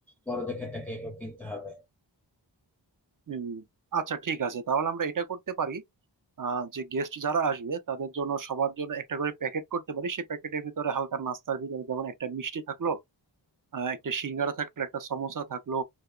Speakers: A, in the centre; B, on the right.
A: বড় দেখে একটা কেকও কিনতে হবে
B: হুম আচ্ছা ঠিক আছে তাহলে আমরা এটা করতে পারি আহ, যে গেস্ট যারা আসবে তাদের জন্য সবার জন্য একটা করে প্যাকেট করতে পারি সেই প্যাকেটের ভিতরে হালকা নাস্তার ভিতরে যেমন একটা মিষ্টি থাকলো আহ, একটা সিঙ্গারা থাকলো একটা সমোসা থাকলো